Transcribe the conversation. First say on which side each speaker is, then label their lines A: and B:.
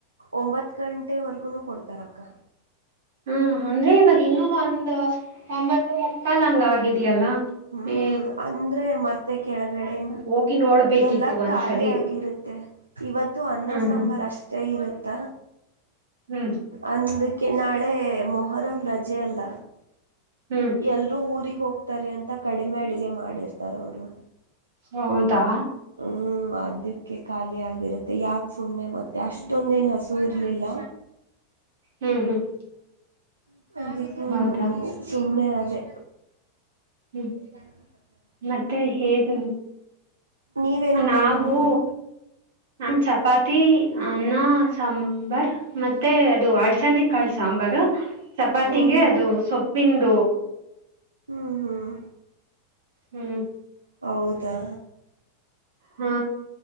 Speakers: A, on the right; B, on the right.
A: ಒಂಬತ್ತು ಗಂಟೆವರೆಗು ಕೊಡ್ತಾರ ಅಕ್ಕ
B: ಹಾ ಅಂದ್ರೆ ಇವಾಗ ಇನ್ನುೂ ಒಂದು ಒಂಬತ್ತು ಮುಕ್ಕಾಲ್ ಹಂಗ ಆಗಿದ್ಯಲ್ಲ
A: ಹ್ಮ ಹ್ಮ
B: ಮೇ
A: ಅಂದ್ರೆ ಮತ್ತೆ ಕೆಳಗಡೆನು
B: ಹೋಗಿ ನೋಡ್ಬೇಕಿತ್ತು
A: ಎಲ್ಲ
B: ಒಂದ್ಸರಿ
A: ಖಾಲಿ ಆಗಿರುತ್ತೆ ಇವತ್ತು ಅನ್ನ
B: ಹ್ಮ್
A: ಸಾಂಬಾರ್
B: ಹ್ಮ್
A: ಅಷ್ಟೇ ಇರುತ್ತ
B: ಹ್ಮ್
A: ಅಂದ ಕೆ ನಾಳೆ ಮೊಹರಂ ರಜೆಯಲ್ಲ
B: ಹ್ಮ್
A: ಎಲ್ರೂ ಊರಿಗೆ ಹೋಗ್ತಾರೆ ಅಂತ ಕಡಿಮೆ ಅಡಗೆ ಮಾಡಿರ್ತಾರ ಅವರು
B: ಹೌದಾ
A: ಹ್ಮ ಹ್ಮ ಅದಕ್ಕೆ ಖಾಲಿ ಆಗಿರುತ್ತೆ ಯಾಕ ಸುಮ್ನೆ ಮತ್ತೆ ಅಷ್ಟೊಂದೇನ್ ಹಸು ಇರ್ಲಿಲ್ಲ
B: ಹ್ಮ್ ಹ್ಮ್
A: <unintelligible>
B: ಹೌದಾ
A: <inaudible> ಸುಮ್ನೆ ಆದೆ
B: ಹ್ಮ್
A: ್ಟ್ಯಾೀ <unintelligible>
B: ಮತ್ತೆ ಹೇಗೆ
A: ನೀವೇನ್ ಊಟ
B: ನಾವು
A: ಮಾಡಿದ್ರಿ
B: ನನ್ ಚಪಾತಿ ತ್ತ ಅನ್ನ ಸಾಂಬಾರ್ ಮತ್ತೆ ಅದು ಹಲಸುಂಡೆ ಕಾಳು ಸಾಂಬಾರು ಚಪಾತಿಗೆ
A: ಹ್ಮ್ ಹ್ಮ್
B: ಅದು ಸೊಪ್ಪಿಂದು
A: ಹ್ಮ್ ಹ್ಮ್
B: ಹ್ಮ್
A: ಹೌದಾ
B: ಹಾ